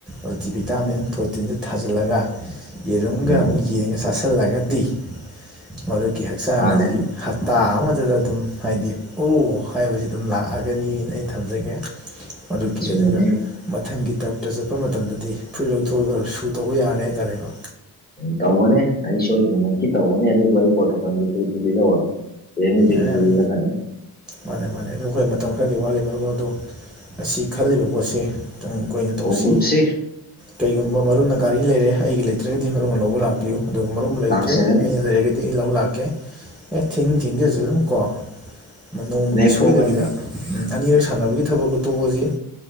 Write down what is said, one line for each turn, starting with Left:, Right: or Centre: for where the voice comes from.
Centre: ꯑꯜꯇꯤꯚꯤꯇꯥꯃꯤꯟ ꯄ꯭ꯔꯣꯇꯤꯟꯗꯨꯦ ꯊꯥꯖꯤꯜꯂꯒ ꯌꯦꯔꯨꯝꯒ
Left: ꯎꯝ
Centre: ꯑꯃꯨꯛ
Left: ꯎꯝ
Centre: ꯌꯦꯡꯉ ꯆꯥꯁꯤꯜꯂꯒꯗꯤ ꯃꯗꯨꯀꯤ ꯍꯛꯆꯥꯡ
Left: ꯃꯥꯅꯦ
Centre: ꯑꯁꯤ ꯍꯞꯇꯥ ꯑꯃꯗꯨꯗ ꯑꯗꯨꯝ ꯍꯥꯏꯗꯤ ꯑꯣ ꯍꯥꯏꯕꯁꯤ ꯑꯗꯨꯝ ꯂꯥꯛꯑꯒꯅꯤꯅ ꯑꯩ ꯊꯝꯖꯒꯦ ꯑꯗꯨ ꯀ
Left: ꯑꯆꯨꯝꯕꯅꯦ
Centre: ꯑꯗꯨꯒ ꯃꯊꯪꯒꯤ ꯇꯔꯞꯇ ꯆꯠꯄ ꯃꯇꯝꯗꯗꯤ ꯐꯨꯔꯤꯠ ꯂꯧꯊꯣꯛꯑꯒ ꯁꯨ ꯇꯧꯕ ꯌꯥꯔꯅꯤ ꯍꯥꯏꯇꯥꯔꯦꯀꯣ
Left: ꯎꯝ ꯇꯧꯕꯅꯦ ꯑꯩ ꯁꯣꯏꯗꯅꯅꯀꯤ ꯇꯧꯕꯅꯦ ꯑꯗꯨꯕꯨ ꯑꯩ ꯄꯣꯇꯣꯀꯗꯤꯍꯔ ꯑꯦꯅꯦꯁꯤꯒꯤ
Centre: ꯑꯦ
Left: ꯊꯣꯛ ꯏꯅ ꯀꯅꯤ
Centre: ꯃꯥꯅꯦ ꯃꯥꯅꯦ ꯑꯗꯨ ꯑꯩꯈꯣꯏ ꯃꯇꯝ ꯈꯔꯗꯤ ꯋꯥꯠꯂꯤ ꯃꯔꯝ ꯑꯗ ꯉꯁꯤ ꯈꯜꯂꯤꯕ ꯄꯣꯠꯁꯤ ꯇꯨꯡ ꯀꯣꯏꯅ ꯇꯧꯁꯤ
Left: ꯈꯣꯡꯒꯨꯞꯁꯤ
Centre: ꯀꯩꯒꯨꯝꯕ ꯃꯔꯨꯞꯅ ꯒꯥꯔꯤ ꯂꯩꯔꯦ ꯑꯩꯒꯤ ꯂꯩꯇ꯭ꯔꯒꯗꯤ ꯃꯔꯨꯅ ꯂꯧꯕ ꯂꯥꯛꯄ ꯄꯤꯌꯨ ꯑꯗꯨꯒ ꯃꯔꯨꯝ ꯂꯩꯇ꯭ꯔꯦ
Left: ꯂꯥꯛꯆꯒꯅꯤ
Centre: ꯑꯩꯅ ꯂꯩꯔꯒꯩꯗꯤ ꯑꯩ ꯂꯧ ꯂꯥꯛꯀꯦ ꯑꯦ ꯊꯤꯡ ꯊꯦꯡꯖꯁꯨ ꯑꯗꯨꯝ ꯀꯣ ꯅꯣꯡꯃꯒꯤ
Left: ꯂꯦꯛꯊꯣꯛꯀꯅꯤ
Centre: ꯁꯣꯏꯗꯕꯤꯗ ꯑꯅꯤꯔꯛ ꯁꯥꯟꯅꯕꯒꯤ ꯊꯕꯛꯛꯇꯨ ꯇꯣꯛꯑꯁꯤ